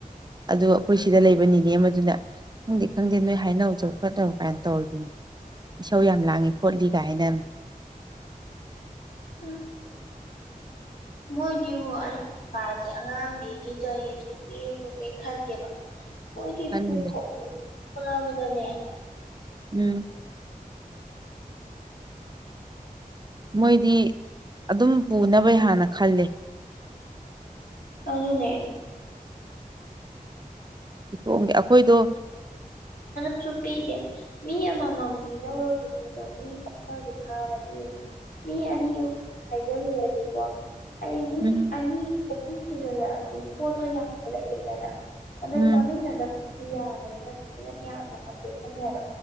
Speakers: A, on the right; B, on the left.
A: ꯑꯗꯨ ꯑꯩꯈꯣꯏ ꯁꯤꯗ ꯂꯩꯕꯅꯤꯅꯦ ꯑꯃꯗꯨꯅ ꯈꯪꯗꯦ ꯈꯪꯗꯦ ꯅꯣꯏ ꯍꯥꯏꯅꯧꯁꯨꯧ ꯐꯠꯅꯧ ꯀꯥꯏꯅ ꯇꯧꯔꯤꯕꯅꯤ ꯏꯁꯧ ꯌꯥꯝ ꯂꯥꯡꯉꯤ ꯈꯣꯠꯂꯤ ꯀꯥꯏꯅ
B: ꯎꯝ ꯃꯣꯏꯗꯤ ꯍ ꯑ ꯑꯉꯥꯡꯈꯩꯒꯤꯗ ꯌꯦꯟꯊꯣꯛꯄꯤꯕ ꯀꯩ ꯈꯟꯗꯦꯕ ꯃꯣꯏꯒꯤ
A: ꯈꯟꯗꯦ
B: ꯄꯨꯈꯅꯥꯕꯗꯅꯦ
A: ꯎꯝ ꯃꯣꯏꯗꯤ ꯑꯗꯨꯝ ꯄꯨꯅꯕꯩ ꯍꯥꯟꯅ ꯈꯜꯂꯦ
B: ꯑꯗꯨꯅꯦ
A: ꯣꯡꯒꯦ ꯑꯩꯈꯣꯏꯗꯣ
B: ꯁꯨ ꯄꯤꯗꯦ ꯃꯤ ꯑꯃꯃꯝꯗꯤ ꯂꯧꯔꯕꯨꯗꯤꯤꯗꯣ ꯃꯤ ꯑꯃꯒꯤ ꯐꯥꯔ ꯄꯤꯅꯤ ꯃꯤ ꯑꯅꯤ ꯑꯍꯨꯝ ꯍꯥꯏꯖꯂꯨꯔꯗꯤꯀꯣ ꯑꯩ ꯃꯤ
A: ꯎꯝ
B: ꯑꯅꯤ ꯑꯍꯨꯝ ꯁꯨꯖꯜꯂꯛꯑꯗꯤ ꯄꯣꯠꯇꯣ ꯌꯥꯝ ꯂꯩꯗꯅ ꯑꯗ
A: ꯎꯝ
B: ꯆꯥꯃꯤꯟꯅꯗꯕ ꯌꯥꯕꯅꯤꯅ ꯐꯖꯅ ꯌꯥꯝꯅ ꯍꯥꯞꯀꯦ ꯈꯜꯂꯦꯕ